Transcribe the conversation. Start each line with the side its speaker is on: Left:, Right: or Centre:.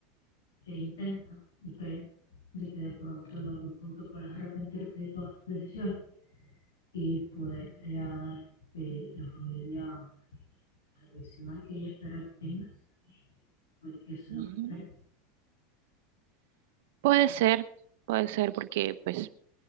Left: e intenta y cree de que de pronto en algún punto puedas arrepentirte de todas tus decisiones y poder crear eh, la familia tradicional que ella espera que tengas, puede que eso es lo
Right: Ujú.
Left: que espera.
Right: Puede ser, puede ser porque pues